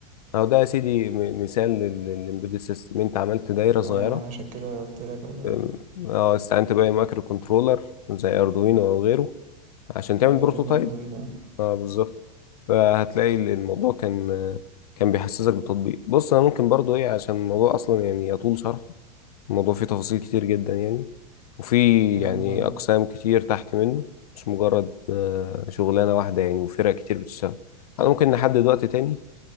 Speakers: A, on the left (about 75°); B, on the right (about 40°).
A: أهو ده يا سيدي م- مثال للإمبيدد سيستم أنت عملت دايرة صغيرة
B: ايوه ما انا عشان كده قلت لك آه،
A: أم، اه استعنت بقى مايكرو كنترولر زي اردوينو او غيره عشان تعمل
B: ايوه
A: بروتوتايب
B: جبنا اردوينو
A: اه بالظبط فهتلاقي ال- الموضوع كان آه، كان بيحسسك بتطبيق بص انا ممكن برضو ايه عشان الموضوع اصلا يعني يطول شرحه الموضوع فيه تفاصيل كتير جدا يعني وفي
B: ايوه
A: يعني
B: فاهم
A: اقسام كتير تحت منه مش مجرد آه، شغلانه واحده يعني وفرق كتير بتشتغل انا ممكن نحدد وقت تاني